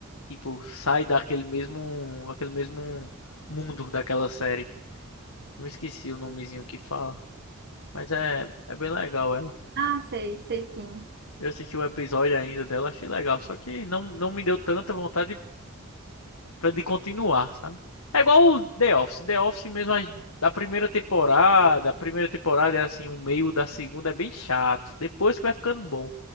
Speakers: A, on the left; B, on the right.
A: tipo, sai daquele mesmo, daquele mesmo mundo daquela série. Eu me esqueci o nomezinho que fala, mas é, é bem legal ela.
B: Ah, sei, sei sim.
A: Eu assisti o episódio ainda dela, achei legal. Só que não, não me deu tanta vontade de, pra- de continuar, sabe? É igual o The Office. The Office mesmo, as- da primeira temporada, a primeira temporada é assim, o meio da segunda é bem chato. Depois que vai ficando bom.